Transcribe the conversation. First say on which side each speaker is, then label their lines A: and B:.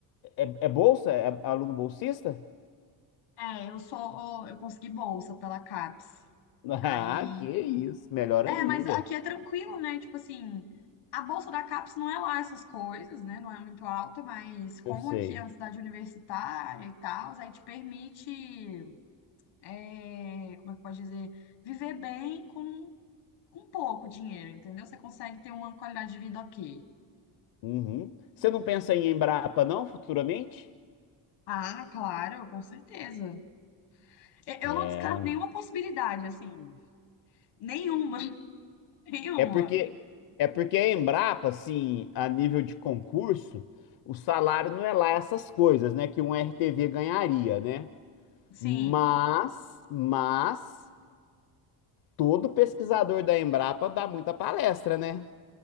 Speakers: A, on the left; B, on the left.
A: é, é bolsa? É aluno bolsista? <laughs>
B: É, eu só. Eu consegui bolsa pela CAPES.
A: Ah,
B: Aí.
A: que isso, melhor
B: É,
A: ainda.
B: mas aqui é tranquilo, né? Tipo assim, a bolsa da CAPES não é lá essas coisas, né? Não é muito alta, mas como
A: Eu sei.
B: aqui é uma cidade universitária e tal, aí te permite. é, como é que pode dizer? Viver bem com, com pouco dinheiro, entendeu? Você consegue ter uma qualidade de vida ok.
A: Uhum. Você não pensa em Embrapa, não, futuramente?
B: Ah, claro, com certeza. E- Eu
A: É,
B: não descarto
A: um-
B: nenhuma possibilidade, assim. Nenhuma, <laughs> nenhuma.
A: é porque é porque a Embrapa, assim, a nível de concurso, o salário não é lá essas coisas, né, que um RTV ganharia, né?
B: Sim,
A: Mas, mas todo pesquisador da Embrapa dá muita palestra, né?